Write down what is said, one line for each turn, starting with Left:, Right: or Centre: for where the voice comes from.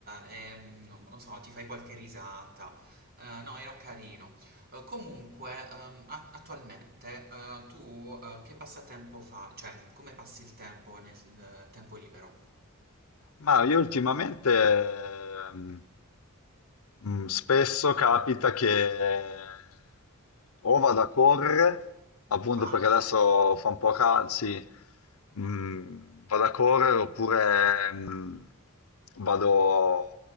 Right: e, mm, non lo so, ti fai qualche risata. Eh, no, era carino. Eh, comunque, ehm, a- attualmente, eh, tu eh, che passatempo fai? Cioè, come passi il tempo nel eh, tempo libero?
Left: Ma io ultimamente ehm, mm, spesso capita che o vado a correre, appunto
Right: Ah,
Left: perché adesso fa un po' caldo, sì, mm, vado a correre oppure mm, vado